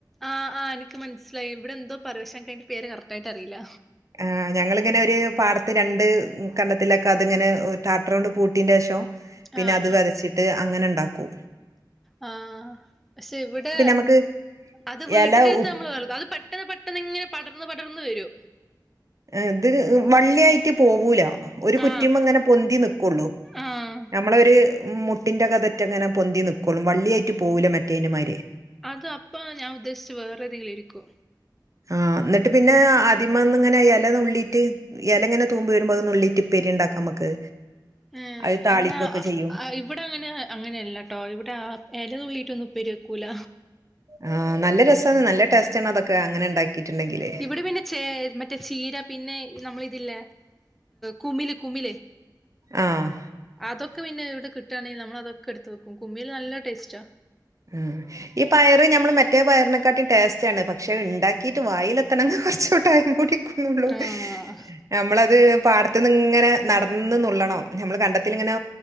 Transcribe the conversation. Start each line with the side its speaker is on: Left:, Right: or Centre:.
Centre: ആഹ് ആഹ് എനിക്ക് മനസ്സിലായി ഇവിടെ എന്തോ പറയാ ശേ അയിന്റെ പേര് കറക്റ്റ് ആയിട്ട് അറിയില്ല
Right: ആഹ് ഞങ്ങിങ്ങനെ ഒരു പാടത്ത് രണ്ട് കണ്ണത്തിലൊക്കെ അതിങ്ങനെ ടാടർ കൊണ്ട് പൂട്ടീന്റെശേഷം പിന്നെ
Centre: ആഹ്
Right: അത് വതച്ചിട്ട് അങ്ങനെ ഇണ്ടാക്കൂ
Centre: ആ പക്ഷെ ഇവിടെ
Right: നമുക്ക്
Centre: അത് വീട്ടിന്റെ
Right: എല
Centre: അടുത്ത്
Right: ഉ
Centre: നമ്മൾ വേറ അത് പ പെട്ടെന്ന് പെട്ടെന്ന് ഇങ്ങനെ പടർന്ന് പടർന്ന് വരു
Right: ഹേ ഇത് വള്ളിയായിട്ട് പോവൂല ഒരു കുറ്റിമ്മ
Centre: ആഹ്
Right: ഇങ്ങനെ പൊന്തി നിക്കോള്ളൂ
Centre: ആഹ്
Right: നമ്മളൊരു മുട്ടിൻ്റെ കതറ്റ അങ്ങനെ പൊന്തി നിൽക്കോളും വള്ളിയായിട്ട് പോകില്ല മറ്റേൻ്റെമാരെ
Centre: അത് അപ്പ ഞാൻ ഉദ്ദേശിച്ചത് വേറെ ഏതെങ്കിലും ഇരിക്കോ
Right: ആഹ് ന്നിട്ട് പിന്നെ ആദ്യമന്ന് ഇങ്ങനെ ഏല നുള്ളീട്ട് ഇലങ്ങനെ തൂമ്പ് വരുമ്പോ അഹ്‌ നുള്ളിറ്റിപ്പേരിണ്ടാക്കാം നമുക്ക്
Centre: ഏഹ്
Right: അത് താളിക്കൊക്കെ
Centre: എന്നാ
Right: ചെയ്യും.
Centre: ഇവിടെ അങ്ങനെ അങ്ങനെയല്ലാട്ടോ ഇവിടെ ആ ഇല നുള്ളിട്ടൊന്നും ഉപ്പര് വെക്കൂല
Right: ആഹ് നല്ല രസണ് നല്ല ടേസ്റ്റ് ആണ് അതൊക്കെ അങ്ങനെ ഇണ്ടാക്കിയിട്ടുണ്ടെങ്കില്
Centre: ഇവിടെ പിന്നെ ചേ മറ്റേ ചീര പിന്നെ നമ്മള ഇതില്ല കുമില് കുമില്
Right: ആഹ്
Centre: അതൊക്കെ പിന്നെവിടെ കിട്ടുകണെങ്കിൽ നമ്മളതൊക്കെ എടുത്ത് വെക്കും കുമിൽ നല്ല ടേസ്റ്റാ
Right: അഹ്‌ ഹേ ഈ പയറ് നമ്മൾ മറ്റേ പയറിനെക്കാട്ടും ടേസ്റ്റ് ആണ് പക്ഷെ ഇണ്ടാക്കിട്ട് വായില എത്തണെങ്കിൽ കുറച്ചൂടടൈ കൂടി ക്കുന്നുള്ളൂ
Centre: ആഹ്
Right: നമ്മളത് പാടത്തു നിന്ന് ഇങ്ങനെ നടന്നന്നുള്ളണം നമ്മൾ കണ്ടത്തിൽ ഇങ്ങനെ